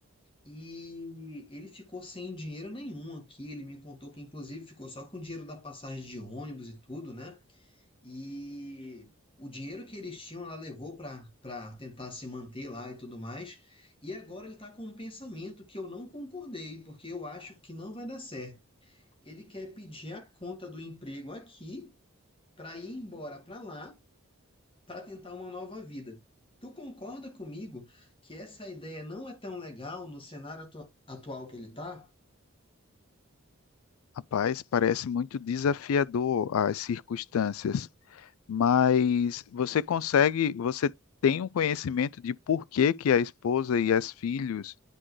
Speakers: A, on the left; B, on the left.
A: E ele ficou sem dinheiro nenhum aqui. Ele me contou que, inclusive, ficou só com o dinheiro da passagem de ônibus e tudo, né? E o dinheiro que eles tinham, ela levou para para tentar se manter lá e tudo mais. E agora ele está com um pensamento que eu não concordei, porque eu acho que não vai dar certo. Ele quer pedir a conta do emprego aqui para ir embora para lá para tentar uma nova vida. Tu concorda comigo que essa ideia não é tão legal no cenário atu- atual que ele está?
B: Rapaz, parece muito desafiador as circunstâncias. mas você consegue, você tem um conhecimento de por que que a esposa e as filhos